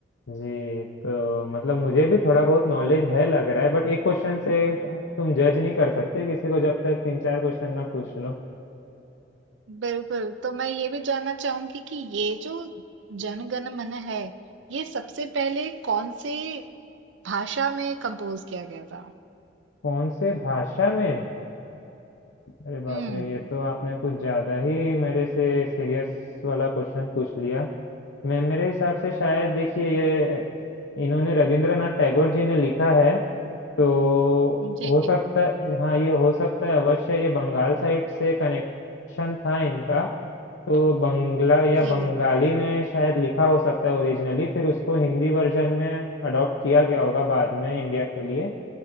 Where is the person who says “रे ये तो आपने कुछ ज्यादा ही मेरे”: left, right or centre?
Left